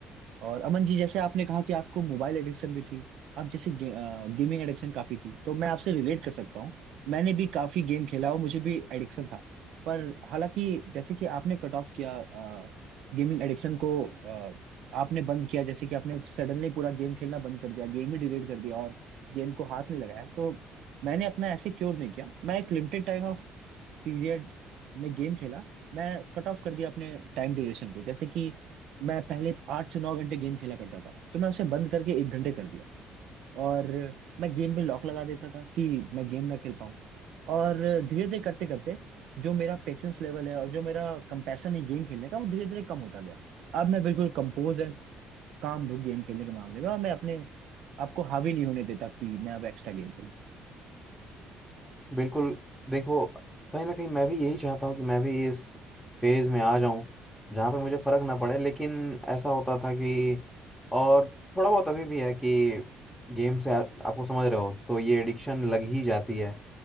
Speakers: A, on the right (about 75°); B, in the centre.
A: और अमन जी जैसे आपने कहा कि आपको मोबाइल एडिक्शन भी थी आप जैसे गे, गेमिंग एडिक्शन काफी थी तो मैं आपसे रिलेट कर सकता हूँ मैंने भी काफी गेम खेला और मुझे भी एडिक्शन था पर हालांकि जैसे कि आपने कट ऑफ किया गेमिंग एडिक्शन को अ, आपने बंद किया जैसे कि आपने सडनली पूरा गेम खेलना बंद कर दिया गेम ही डिलीट कर दिया और गेम को हाथ नहीं लगाया तो मैंने अपना ऐसे क्योर नहीं किया मैं एक लिमिटेड टाइम पीरियड में गेम खेला मैं कट ऑफ कर दिया अपने टाइम ड्यूरेशन को जैसे कि मैं पहले आठ से नौ घंटे गेम खेला करता था तो मैं उसे बंद करके एक घंटे कर दिया और मैं गेम में लॉक लगा देता था कि मैं गेम ना खेल पाऊँ और धीरे धीरे करते करते जो मेरा पेशेंस लेवल है और जो मेरा कंपैशन है गेम खेलने का वो धीरे धीरे कम होता गया अब मैं बिल्कुल कंपोज एंड काम हूँ गेम खेलने के मामले में और मैं अपने आपको हावी नहीं होने देता कि मैं अब एक्स्ट्रा गेम
B: बिल्कुल देखो कहीं ना कहीं मैं भी यही चाहता हूँ कि मैं भी इस फेज में आ जाऊं जहाँ पे मुझे फर्क ना पड़े लेकिन ऐसा होता था कि और थोड़ा बहुत अभी भी है कि गेम से आ, आपको समझ रहे हो तो ये एडिक्शन लग ही जाती है